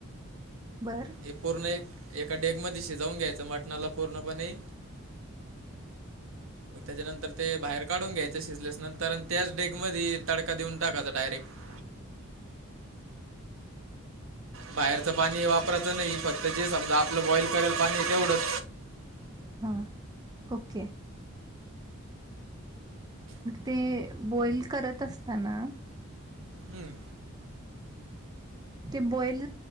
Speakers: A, on the right; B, on the right.
A: बरं.
B: हे पूर्ण एक एका डेग मध्ये शिजवून घ्यायचं मटणाला पूर्णपणे मग त्याच्यानंतर ते बाहेर काढून घ्यायचें शिजल्यास नंतर आणि त्याच डेग मध तडका देऊन टाकाचा डायरेक्ट बाहेरचं पाणी वापरायचं नाही फक्त जे समजा आपलं बॉईल करायला पाणी तेवढंच.
A: हां ओके, ते बॉईल करत असताना
B: हम्म.
A: ते बॉईल